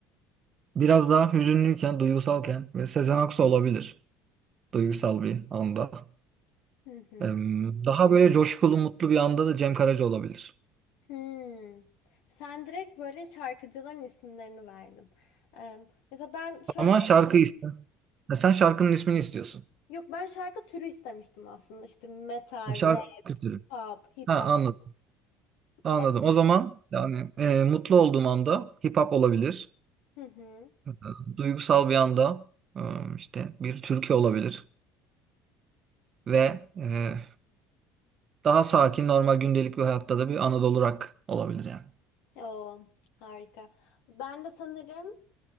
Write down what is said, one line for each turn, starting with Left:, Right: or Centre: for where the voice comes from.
Right: Biraz daha hüzünlüyken, duygusalken ve Sezen Aksu olabilir. Duygusal bir anda.
Left: Hı hı.
Right: Ee, Daha böyle coşkulu, mutlu bir anda da Cem Karaca olabilir.
Left: Hmm. Sen direkt böyle şarkıcıların isimlerini verdin. Ee, mesela ben şöyle,
Right: Ama şarkı iste. Ha, sen şarkının ismini istiyorsun.
Left: yok ben şarkı türü istemiştim aslında. işte metal,
Right: Şarkı
Left: rap,
Right: istiyorum.
Left: pop, hip
Right: Ha
Left: hop.
Right: anladım. Anladım.
Left: O-
Right: O zaman yani e, mutlu olduğum anda hip hop olabilir.
Left: Hı hı.
Right: E, Duygusal bir anda e, işte bir türkü olabilir ve e, daha sakin normal gündelik bir hayatta da bir Anadolu rock olabilir yani.
Left: Oo, harika. Ben de sanırım